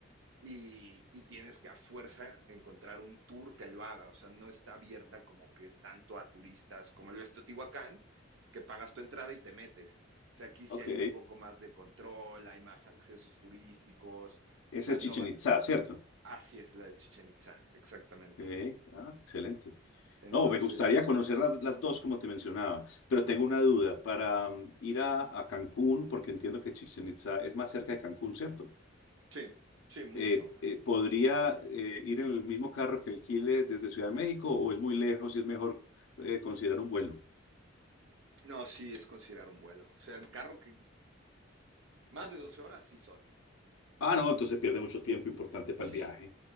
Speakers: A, on the right (about 70°); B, on the left (about 80°).
A: Y, y tienes que a fuerza encontrar un tour que lo haga, o sea, no está abierta como que tanto a turistas como lo es Teotihuacán, que pagas tu entrada y te metes. O sea, aquí sí
B: Ok.
A: hay un poco más de control, hay más accesos turísticos, o
B: Ese
A: sea,
B: es
A: no
B: Chichen
A: va,
B: Itza, ¿cierto?
A: así es la de Chichen Itzá exactamente.
B: Ok. Ah, excelente.
A: Entonces,
B: No, me gustaría conocer las, las dos, como te mencionaba, pero tengo una duda. Para mm, ir a, a Cancún, porque entiendo que Chichen Itza es más cerca de Cancún, ¿cierto?
A: sí, sí, mucho
B: Eh,
A: más.
B: eh, ¿podría eh, ir en el mismo carro que alquile desde Ciudad de México o es muy lejos y es mejor eh, considerar un vuelo?
A: No, sí, es considerar un vuelo, o sea, en carro que más de 12 horas sí son,
B: Ah, no, entonces pierde mucho tiempo importante
A: sí,
B: para el viaje.